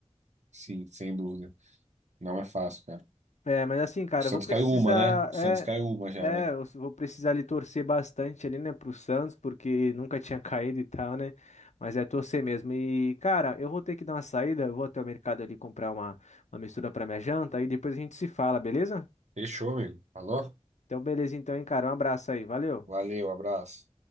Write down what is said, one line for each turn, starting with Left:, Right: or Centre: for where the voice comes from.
Right: Sim, sem dúvida. Não é fácil, cara.
Left: É, mas assim, cara,
Right: O Santos
Left: eu vou precisar.
Right: caiu uma, né? O
Left: É,
Right: Santos caiu uma já,
Left: é,
Right: né?
Left: eu vou precisar ali torcer bastante ali, né, pro Santos, porque nunca tinha <laughs> caído e tal, né? Mas é torcer mesmo. E, cara, eu vou ter que dar uma saída, eu vou até o mercado ali comprar uma, uma mistura pra minha janta e depois a gente se fala, beleza?
Right: Fechou, amigo. Falou?
Left: Então, beleza, então, hein, cara. Um abraço aí, valeu.
Right: Valeu, abraço.